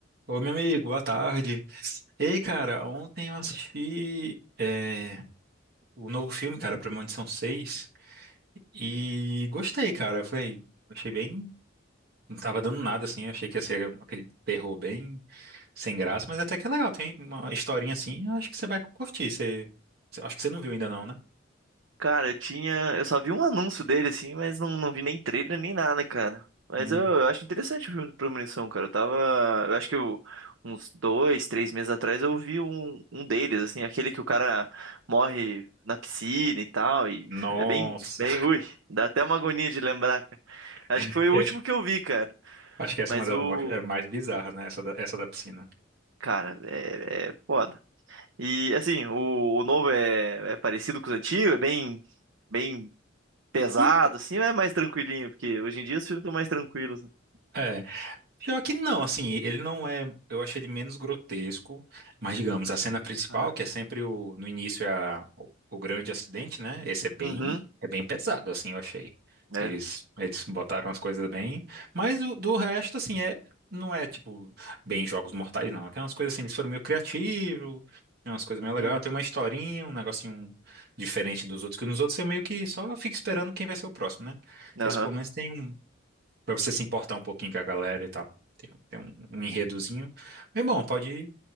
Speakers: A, on the right; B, on the right.
A: Ô, meu amigo, boa tarde. Ei, cara, ontem eu assisti é, o novo filme, cara, Premonição Seis e gostei, cara. Eu falei, achei bem. Não tava dando nada, assim. Eu achei que ia ser aquele terror bem sem graça, mas até que é legal. Tem uma historinha assim, eu acho que você vai curtir. Você, você- acho que você não viu ainda, não, né?
B: Cara, eu tinha. Eu só vi um anúncio dele, assim, mas não, não vi nem trailer nem nada, cara. Mas
A: Uhum.
B: eu, eu acho interessante o filme do Premonição, cara. Eu tava. Eu acho que eu- uns dois, três meses atrás eu vi um, um deles, assim, aquele que o cara morre na piscina e tal. E
A: Nossa,
B: <laughs> é bem, bem ruim. Dá até uma agonia de lembrar, cara. Acho
A: <laughs>
B: que foi o último que eu vi, cara.
A: acho que essa
B: Mas
A: é uma das
B: o.
A: mo- é mais bizarras, né? Essa da, essa da piscina.
B: Cara, é, é foda. E assim, o, o novo é, é parecido com os antigos, é bem. Bem pesado,
A: Hum.
B: assim, ou é mais tranquilinho? Porque hoje em dia os filmes estão mais tranquilos, né?
A: É. Pior que não, assim, ele não é. Eu achei ele menos grotesco, mas digamos, a cena principal,
B: Ah.
A: que é sempre o, no início é a- o, o grande acidente, né? Esse é bem,
B: Uhum,
A: é bem pesado, assim, eu achei.
B: é.
A: Eles, eles botaram as coisas bem, mas o, do resto, assim, é, não é tipo bem Jogos Mortais, não. Tem umas coisas assim, eles foram meio criativos, tem umas coisas meio legais,
B: Uhum,
A: tem uma historinha, um negocinho diferente dos outros, que nos outros você meio que só fica esperando quem vai ser o próximo, né?
B: aham,
A: Esse pelo menos tem um. Pra você se importar um pouquinho com a galera e tal. Tem, tem um, um enredozinho. Mas bom, pode ir.